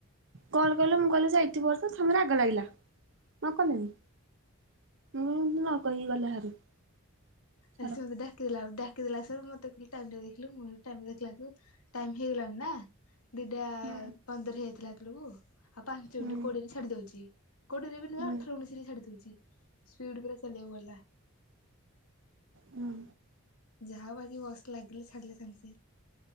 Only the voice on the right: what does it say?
କଲ କଲେ ମୁଁ କହିଲି ଯାଇଥିବ ତ ସମୟରେ ରାଗ ଲାଗିଲା। ନ କଲେଣିି। ମୁଁ ନ କହିକି ଗଲା ହାରି। ଛାଡ
ହୁଁ
ହୁଁ
ହୁଁ
ହୁଁ।